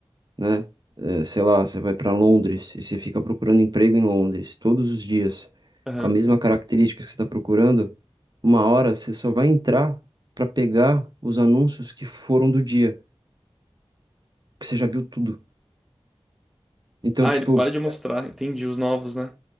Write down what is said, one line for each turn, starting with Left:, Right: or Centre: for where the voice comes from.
Right: né? eh, sei lá, você vai para Londres e você fica procurando emprego em Londres todos os dias,
Centre: Aham.
Right: com a mesma característica que você está procurando, uma hora você só vai entrar para pegar os anúncios que foram do dia, que você já viu tudo. Então,
Centre: Ah,
Right: tipo,
Centre: ele para de mostrar, entendi, os novos, né?